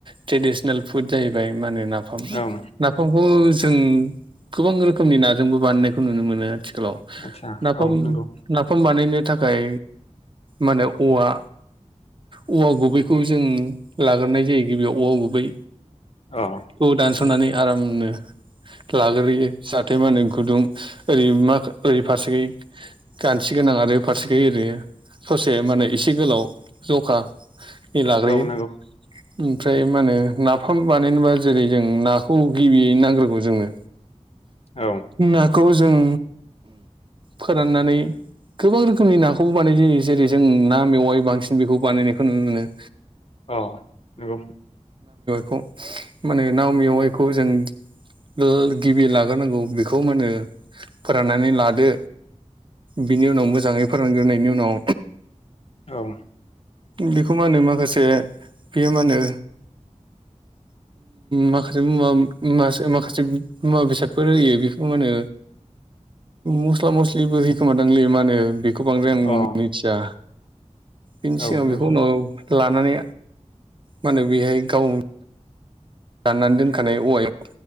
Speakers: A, on the right; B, on the left.
A: ट्रेडिसनेल फुड जाहैबाय मानो नाफाम
B: औ
A: नाफामखौ जों गोबां रोखोमनि नाजोंबो बानायनायखौ नुनो मोनो। आथिखालाव
B: आदसा
A: नाफाम
B: औ नंगौ
A: नाफाम बानायनो थाखाय माने औवा औवा गुबैखौ जों लाग्रोनाय जायो गिबियाव औवा गुबै
B: अ
A: खौ दानसनानै
B: उम
A: आरामनो लाग्रोयो जाहाथे मा होनो गुदुं ओरै मा ओरै फारसेयै गानथि गोनां आरो फारसेखै ओरै ससे माने एसे गोलाव जखा बे लाग्रोयो।
B: औ नंगौ
A: ओमफ्राय मा होनो नाफाम बानायनोबा जेरै जों नाखौ गिबियै नांग्रोगौ जोंनो।
B: औ
A: नाखौ जों फोराननानै गोबां रोखोमनि नाखौबो बानाय जायो जेरै जों ना मेवाइ बांसिन बेखौ बानायनायखौ नुनो मोनो।
B: औ नंगौ।
A: खौ माने ना मेवाइखौ जों ओ गिबि लाग्रोनांगौ बेखौ मा होनो फोराननानै लादो। बिनि उनाव मोजाङै फोरोंग्रोनायनि उनाव
B: औ
A: बेखौ मा होनो माखासे बेयो मा होनो माखासे मुवा मा माखासे मुवा बेसादफोर होयो बेखौ मा होनो? मस्ला मस्लिबो होयोखोमादांलै मा होनो बेखौ बांद्राय आं
B: अ
A: मिथिया। बिनि
B: औ
A: सिगां
B: नंगौ
A: बेखौ उनाव लानानै मानो बेहाय गाव दाननानै दोनखानाय औवायाव